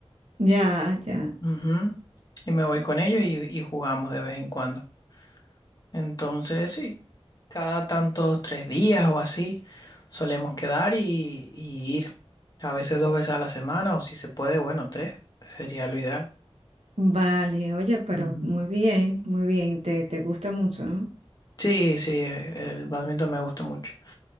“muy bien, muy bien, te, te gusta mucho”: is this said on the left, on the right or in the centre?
Right